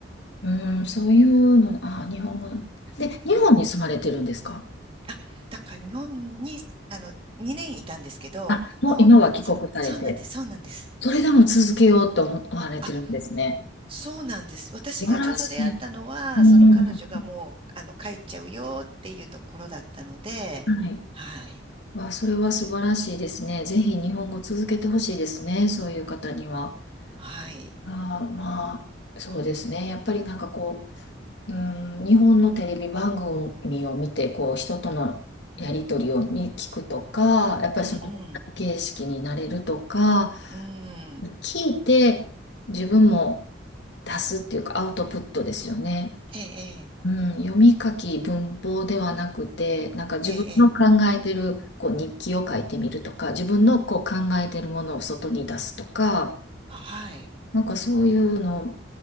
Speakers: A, on the left (about 65°); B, on the right (about 30°).
A: うん、そういうの、ああ、日本語。で、日本に住まれてるんですか
B: うん。あ、だから日本に、あの、2年いたんですけど、
A: あ、もう今は帰国されて、
B: もう、その、そうなんです、そうなんです。
A: それでも続けようと思われてるんですね。
B: あそうなんです。私がちょうど出会ったのは、
A: 素晴らしい。うん、
B: その彼女がもう、あの、帰っちゃうよっていうところだったので、
A: はい。
B: はい。
A: わ、それは素晴らしいですね。ぜひ日本語続けてほしいですね。そういう方には。
B: はい。
A: あー、まあ、そうですね。やっぱりなんかこう、うん、日本のテレビ番組を見て、こう、人とのやりとりを見聞くとか、やっぱりその形式になれるとか、
B: うんうん。うん。
A: 聞いて自分も出すっていうかアウトプットですよね。
B: ええ、
A: うん、読み書き文法ではなくて、なんか自分の考えてるこう日記を書いてみるとか、
B: ええ、ええ。
A: 自分のこう考えてるものを外に出すとか、
B: あ、はい。
A: なんかそういうの、